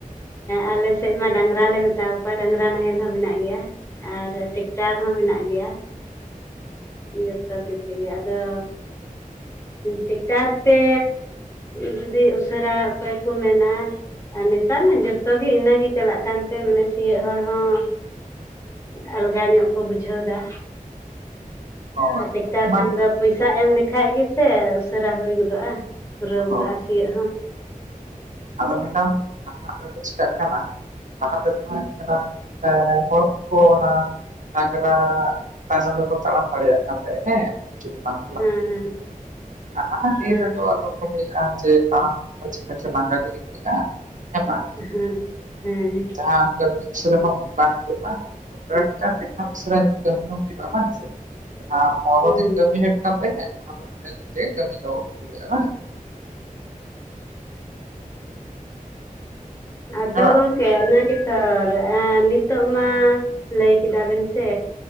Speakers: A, on the left (about 20°); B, on the right (about 60°).
A: ᱟᱞᱮ ᱥᱮᱫ ᱢᱟ ᱰᱟᱝᱨᱟ ᱞᱮ ᱢᱮᱛᱟᱣᱟ ᱠᱚᱣᱟ ᱰᱟᱝᱨᱟ ᱱᱟᱦᱮᱞ ᱦᱚᱸ ᱢᱮᱱᱟᱜ ᱜᱮᱭᱟ ᱟᱨ ᱴᱮᱠᱴᱟᱨ ᱦᱚᱸ ᱢᱮᱱᱟᱜ ᱜᱮᱭᱟ <inaudible> ᱛᱮᱜᱮ ᱟᱫᱚ ᱴᱮᱠᱴᱟᱨ ᱛᱮ ᱡᱩᱫᱤ ᱩᱥᱟᱹᱨᱟ ᱚᱠᱚᱭ ᱠᱚ ᱢᱮᱱᱟ ᱟᱨ ᱱᱮᱛᱟᱨ ᱢᱟ ᱡᱷᱚᱛᱚ ᱜᱮ ᱤᱱᱟᱹᱜᱮ ᱪᱟᱞᱟᱜ ᱠᱟᱱ ᱛᱮ ᱢᱟᱱᱮ ᱥᱤᱭᱚᱜ ᱦᱚᱲ ᱦᱚᱸ ᱟᱞᱜᱟ ᱧᱚᱜ ᱠᱚ ᱵᱩᱡᱷᱟᱹᱣ ᱫᱟ
B: ᱦᱳᱭ
A: ᱟᱨ ᱴᱮᱠᱴᱟᱨ
B: ᱢᱟ
A: ᱠᱷᱟᱱ ᱫᱚ ᱯᱩᱭᱥᱟ ᱮᱢ ᱞᱮᱠᱷᱟᱡ ᱜᱮᱥᱮ ᱩᱥᱟᱹᱨᱟ ᱦᱩᱭ ᱜᱚᱫᱚᱜᱼᱟ ᱯᱩᱨᱟᱹᱣ ᱜᱚᱫᱚᱜᱼᱟ
B: ᱦᱳᱭ
A: ᱥᱤᱭᱟᱹᱜ ᱦᱚᱸ
B: ᱟᱫᱚ ᱢᱮᱰᱟᱢ ᱱᱟᱦᱟᱸᱜ ᱨᱮᱫᱚ ᱪᱤᱠᱟᱹᱜ ᱠᱟᱱᱟ ᱞᱟᱦᱟ ᱛᱮᱫᱚ ᱚᱱᱟ ᱦᱚᱲ ᱠᱚᱠᱚ ᱚᱱᱟ ᱰᱟᱝᱨᱟ ᱛᱟᱭᱱᱚᱢ ᱨᱮᱠᱚ ᱛᱟᱲᱟᱢ ᱫᱟᱲᱮᱭᱟᱜ ᱠᱟᱱ ᱛᱟᱦᱮᱸᱜ ᱦᱮᱸ <inaudible> <unintelligible> ᱵᱟᱝ
A: ᱦᱮᱸ ᱦᱮᱸ
B: ᱟᱨ ᱱᱟᱦᱟᱸᱜ ᱫᱤᱱ
A: ᱦᱮᱸ
B: ᱨᱮᱫᱚ ᱱᱤᱛᱚᱜ <unintelligible> ᱛᱟᱲᱟᱢ ᱦᱚᱸ ᱪᱮᱫᱽᱠᱟ ᱫᱚ ᱞᱟᱸᱜᱟ ᱜᱮ ᱟᱹᱭᱠᱟᱹᱜᱼᱟ ᱦᱮᱸ ᱵᱟᱝ
A: ᱦᱮᱸ ᱦᱮᱸ
B: ᱡᱟᱦᱟᱸ <inaudible> ᱩᱥᱟᱹᱨᱟ ᱵᱟᱝ ᱦᱩᱭᱩᱜᱼᱟ ᱟᱫᱚ ᱴᱨᱟᱠᱴᱚᱨ ᱛᱮ ᱠᱷᱟᱱ ᱩᱥᱟᱹᱨᱟ ᱧᱚᱜ ᱠᱟᱹᱢᱤ ᱦᱚᱸ ᱦᱩᱭᱩᱜᱼᱟ ᱵᱟᱝ ᱥᱮ <unintelligible> ᱯᱚᱱᱨᱚ
A: ᱦᱮᱸ
B: ᱫᱤᱱ ᱠᱟᱹᱢᱤ
A: ᱦᱮᱸ
B: ᱦᱩᱭᱩᱜ ᱠᱟᱱ ᱛᱟᱦᱮᱸ ᱚᱱᱟ ᱫᱚ <inaudible> ᱫᱤᱱ ᱛᱮᱜᱮ ᱠᱟᱹᱢᱤ ᱫᱚ ᱯᱩᱨᱟᱹᱜᱼᱟ ᱵᱟᱝ
A: ᱟᱫᱚ
B: ᱦᱮᱸ ᱵᱟᱝ
A: ᱜᱚᱝᱠᱮ ᱚᱱᱟ ᱜᱮᱛᱚ ᱟᱨ ᱱᱤᱛᱚᱜ ᱢᱟ ᱞᱟᱹᱭ ᱠᱮᱫᱟ ᱵᱮᱱ ᱥᱮ